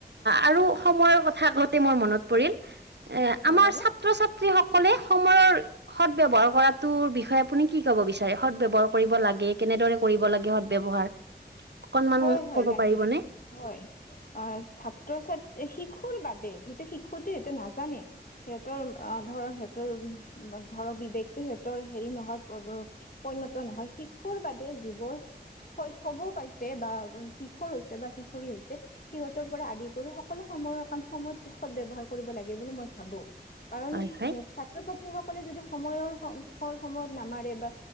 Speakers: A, on the right; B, on the left.
A: আৰু সময়ৰ কথা কওঁতে মোৰ মনত পৰিল, এ
B: হয়
A: আমাৰ
B: বাৰু
A: ছাত্ৰ ছা <unintelligible> সকলে সময়ৰ সদ ব্যৱহাৰ কৰাটোৰ বিষয়ে আপুনি কি ক'ব বিচাৰে, সদ ব্যৱহাৰ কৰিব লাগে <unintelligible> কেনেদৰে কৰিব লাগে সদ ব্যৱহাৰ। অকনমান
B: হয় হয়,
A: ক'ব
B: লাগে
A: পাৰিবনে
B: হয়, ছাত্ৰ ছাত শিক <unintelligible> বাদে সেইটো শিশুতো সেইটো নাজানে, সিহঁতৰ অ', ধৰক সিহত <unintelligible> ধৰক বিবেকতটো সিহঁতৰ হেৰি নহয়, পৰিণত নহয়, শিশুৰ বাদে যিবোৰ শৈশৱো পাইছে এ, বা কিশোৰ হৈছে বা কিশোৰী হৈছে, সিহঁতৰ পৰা আদি কৰি সকলো সময়ৰ কাম সময়ত সদ ব্যৱহাৰ কৰিব লাগে বুলি মই ভাবো। কাৰণ
A: হয় হয়
B: ছাত্ৰ ছা ছাত্ৰীসকলে যদি সময়ৰ, সৰ সময়ত নামাৰে বা